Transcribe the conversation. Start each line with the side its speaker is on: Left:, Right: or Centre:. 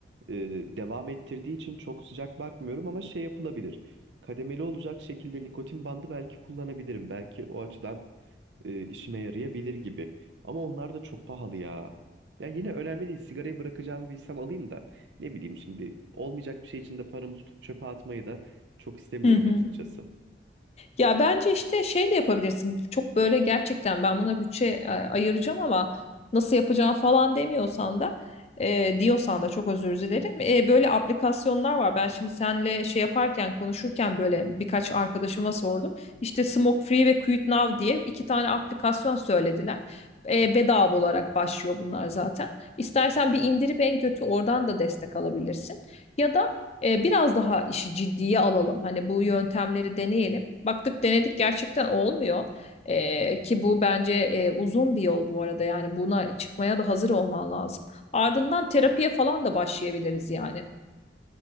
Right: e, devam ettirdiği için çok sıcak bakmıyorum ama şey yapılabilir. Kademeli olacak şekilde nikotin bandı belki kullanabilirim. Belki o açıdan e, işime yarayabilir gibi. Ama onlar da çok pahalı ya. Ya yine önemli değil. Sigarayı bırakacağımı bilsem alayım da ne bileyim şimdi olmayacak bir şey için de paramı tutup çöpe atmayı da çok istemiyorum
Left: Hı hı.
Right: açıkçası.
Left: Ya bence işte şey de yapabilirsin. Çok böyle gerçekten ben buna bütçe e, ayıracağım ama nasıl yapacağım falan demiyorsan da e, diyorsan da çok özür dilerim. E, böyle aplikasyonlar var. Ben şimdi senle şey yaparken konuşurken böyle birkaç arkadaşıma sordum. İşte Smoke Free ve Quit Now diye iki tane aplikasyon söylediler. E, bedava olarak başlıyor bunlar zaten. İstersen bir indirip en kötü oradan da destek alabilirsin. Ya da e, biraz daha işi ciddiye alalım. Hani bu yöntemleri deneyelim. Baktık denedik gerçekten olmuyor. Ee, ki bu bence e, uzun bir yol bu arada yani buna çıkmaya da hazır olman lazım. Ardından terapiye falan da başlayabiliriz yani.